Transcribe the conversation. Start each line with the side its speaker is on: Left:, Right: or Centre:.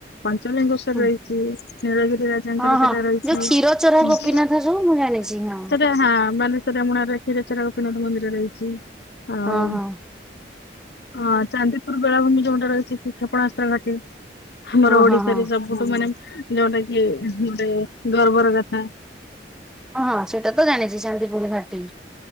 Left: ପଞ୍ଚଲିଙ୍ଗେଶ୍ୱର
Centre: ହୁଁ
Left: ରହିଛି ନୀଳଗିରି ରାଜାଙ୍କର
Centre: ହଁ
Left: ସେଟା
Centre: ହଁ
Left: ରହିଛି,
Centre: ଯୋଉ କ୍ଷୀର ଚୋରା
Left: ସେଟା
Centre: ଗୋପୀନାଥ ଯୋଉ ମୁଁ ଜାଣିଛି ହଁ।
Left: ହଁ ବାଲେଶ୍ୱର ରେମୁଣାରେ କ୍ଷୀରଚୋରା ଗୋପୀନାଥ ମନ୍ଦିର ରହିଛି ଆଉ
Centre: ହଁ ହଁ।
Left: ହଁ ଚାନ୍ଦିପୁର ବେଳାଭୂମି ଯୋଉଟା ରହିଛି କି କ୍ଷେପଣାସ୍ତ୍ର ଘାଟି। ଆମର
Centre: ହଁ
Left: ଓଡିଶାରେ
Centre: ହଁ ହଁ
Left: ସବୁଠୁ ମାନେ ଯୋଉଟା କି ଗୋଟେ ଗର୍ବର କଥା
Centre: ହଁ ହଁ ସେଇଟା ତ ଜାଣିଚି ଚାନ୍ଦିପୁର ଘାଟି।